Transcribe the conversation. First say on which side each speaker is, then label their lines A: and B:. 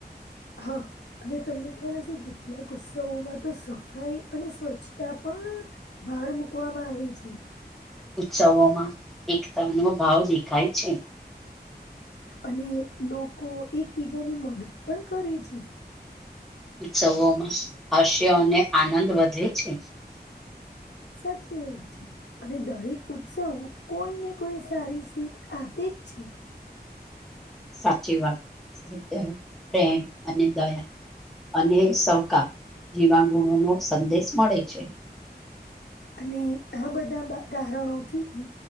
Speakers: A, on the left; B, in the centre.
A: હા અને તમને ખ્યાલ હશે કેટલાક ઉત્સવોમાં તો સફાઈ અને સ્વચ્છતા પણ પણ બાર મકવામાં આવી છે
B: ઉત્સવોમાં એકતા નો ભાવ દેખાય છે
A: અને લોકો એકબીજાની મદદ પણ કરે છે
B: ઉત્સવોમાં હાસ્ય અને આનંદ વધે છે
A: સાચી વાત છે અને દરેક ઉત્સવ કોઈ ને કોઈ સારી શીખ આપે પીછી
B: સાચી વાત સત્ય પ્રેમ અને દયા અને સહકા જેવા ગુણોનો સંદેશ મળે છે
A: અને આ બધા કારણો થી